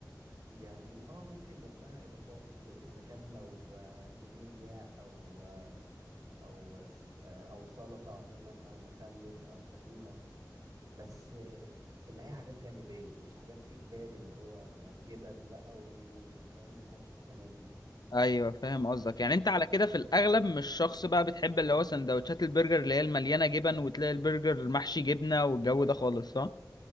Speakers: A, on the right; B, on the left.
A: يعني اه ممكن جنبها اضافات اذا كان لو آه، توميه او آه، او س- آه، او سلطه عموما او مخلل او طحينه بس آه، اللي هي حاجات جانبيه مش حاجات اجباري اللي هو جبن بقى وفاهم الحبشتكنات دي
B: ايوه فاهم قصدك يعني انت على كده في الاغلب مش شخص بقى بتحب اللي هو سندوتشات البرجر اللي هي المليانه جبن وتلاقي البرجر محشي جبنه والجو ده خالص صح